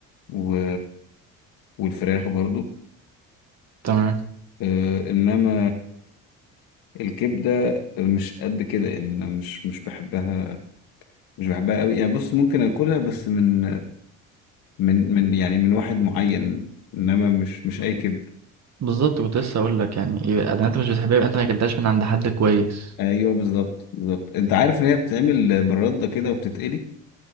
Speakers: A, on the left; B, on the right.
A: و... والفراخ برضو
B: تمام
A: آه، انما الكبدة مش قد كده يعني أنا مش مش بحبها مش بحبها قوي يعني بص ممكن أكلها بس من من من يعني من واحد معين إنما مش مش أي كبدة
B: بالظبط كنت لسه اقول لك يعني يبقى اذا انت مش بتحبها يبقى انت ما اكلتهاش من عند حد كويس
A: أيوه بالظبط بالظبط أنت عارف إن هي بتتعمل بالردة كده وبتتقلي